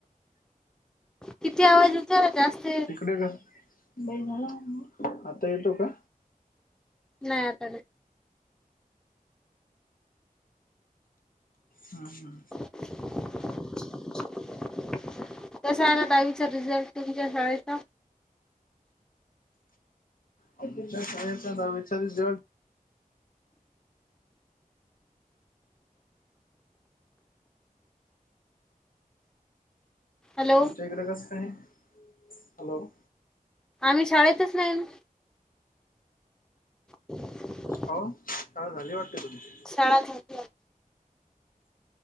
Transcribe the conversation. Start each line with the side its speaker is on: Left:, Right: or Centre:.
Centre: किती आवाज येतोय जास्त
Left: <unintelligible> बाई झाला ना आता येतो का?
Centre: नाय आता नाय.
Left: हां हां.
Centre: कसं आलात. दहावीचा रिझल्ट तुमच्या शाळेचा.
Left: आमच्या शाळेचा दहावीचा रिझल्ट
Centre: हॅलो
Left: तुमच्या इकडं कसं हाय हॅलो.
Centre: आम्ही शाळेतच नाही ना. <inaudible>
Left: हो शाळा झाली वाटतं तुमची?
Centre: शाळा झाली.